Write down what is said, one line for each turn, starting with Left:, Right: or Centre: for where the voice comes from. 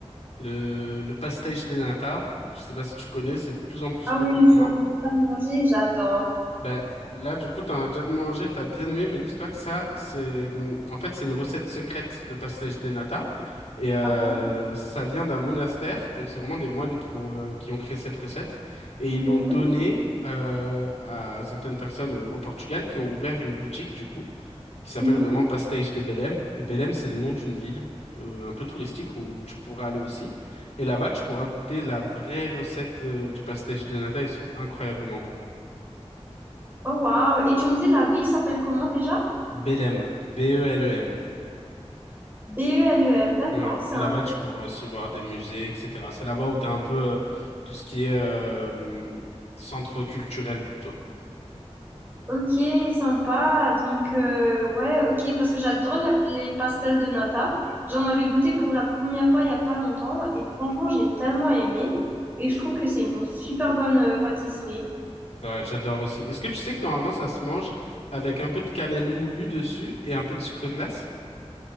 Left: Le, le pastéis de nata, je sais pas si tu connais, c'est de plus en plus
Right: Ah
Left: connu
Right: oui,
Left: maintenant.
Right: j'en ai déjà mangé, j'adore.
Left: Ben, là, du coup, t'en as déjà mangé, t'as bien aimé, mais dis-toi que ça, c'est, hum, en fait, c'est une recette secrète, le pastéis de nata. Et euh,
Right: Ah bon?
Left: ça vient d'un monastère, donc c'est vraiment des moines qui l'ont, euh, qui ont créé cette recette. Et ils l'ont
Right: Mhm,
Left: donnée euh, à certaines personnes euh, au Portugal qui ont ouvert une boutique, du coup. qui s'appelle
Right: mhm.
Left: vraiment Pastéis de Belém. Et Belém, c'est le nom d'une ville euh, un peu touristique où tu pourras aller aussi. Et là-bas, tu pourras goûter la vraie recette euh, du pastéis de nata. Ils sont incroyablement bons.
Right: Oh wow. Et tu me dis, la ville s'appelle comment déjà?
Left: Belém, B-E-L-E-M.
Right: B-E-L-E-M, d'accord,
Left: Ouais.
Right: c'est
Left: Et
Right: un
Left: là-bas,
Right: truc.
Left: tu pourras aussi voir des musées, etc. C'est là-bas où tu as un peu euh, tout ce qui est euh, hum, centre culturel plutôt.
Right: Ok, sympa. Donc, euh, ouais, ok, parce que j'adore la- les pastels de nata. J'en avais goûté pour la première fois il n'y a pas longtemps et franchement, j'ai tellement aimé et je trouve que c'est une super bonne euh, pâtisserie.
Left: Ouais, j'adore aussi. Est-ce que tu sais que normalement, ça se mange avec un peu de cannelle moulue dessus et un peu de sucre glace?